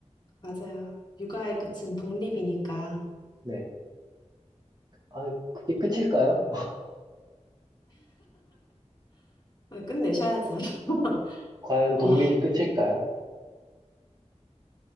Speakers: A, on the left; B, on the right.
A: 맞아요. 육아의 끝은 독립이니까
B: 네. 아, 그게 끝일까요?
A: 끝내셔야죠. <laughs>
B: 과연
A: 와,
B: 독립이 끝일까요?